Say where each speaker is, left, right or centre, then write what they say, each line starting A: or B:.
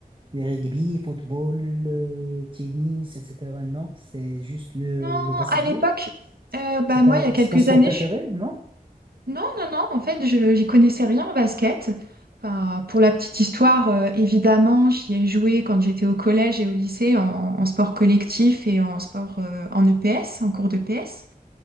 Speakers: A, on the right (about 35°); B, on the right (about 80°).
A: des rugby, football, euh, tennis, etc. Non, c'est juste le,
B: Non,
A: le basketball.
B: à l'époque, euh, bah
A: C'est
B: moi,
A: ta-
B: il y a quelques
A: c'est ton sport
B: années,
A: préféré,
B: je... suis...
A: non?
B: Non, non, non, en fait, je j'y connaissais rien en basket. Enfin, pour la petite histoire, euh, évidemment, j'y ai joué quand j'étais au collège et au lycée en, en sport collectif et en sport euh, en EPS, en cours d'EPS.